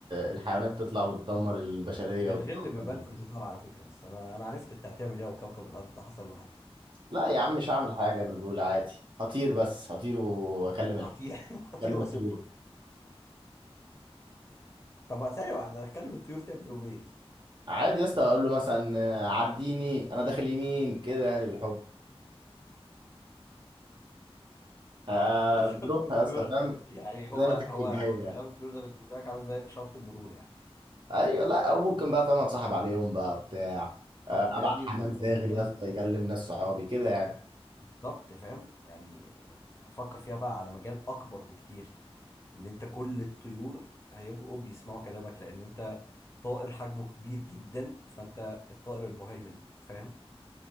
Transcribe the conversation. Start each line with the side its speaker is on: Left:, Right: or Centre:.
Right: الحيوانات تطلع وتدمر البشرية
Left: الغل
Right: والكوكب
Left: بيبان
Right: وال-
Left: في الهزار على فكره بس انا انا عرفت انت هتعمل ايه وكوكب الارض ده حصل له حاجه
Right: لا يا عم مش هعمل حاجة برجولة عادي هطير بس هطير واكلم الح...
Left: هطير <laughs> هطير
Right: اكلم
Left: واسيبكم
Right: الطيور
Left: طب ثانيه واحده اتكلم الطيور تعمل بيهم ايه
Right: عادي يا اسطى اقول له مثلا آه، عديني انا داخل يمين كده يعني بالحب آه
Left: <laughs> اكلم
Right: بتروح يا
Left: الطيور
Right: اسطى فاهم
Left: يعني
Right: زي
Left: هو
Right: ما تيجي
Left: هو
Right: في الجو يعني
Left: كلام الطيور ده بالنسبه لك عامل زي اشاره المرور يعني
Right: ايوه لا وممكن بقى فاهم اتصاحب عليهم بقى بتاع آه،
Left: طب ما
Right: ابعت
Left: يا ابني ما
Right: حمام
Left: انت
Right: زاغل
Left: لو بتتكلم
Right: يا اسطى يكلم ناس صحابي كده يعني
Left: بالظبط فاهم يعني فكر فيها بقى على مجال اكبر بكتير ان انت كل الطيور هيبقوا بيسمعوا كلامك لان انت طائر حجمه كبير جدا فانت الطائر المهيمن فاهم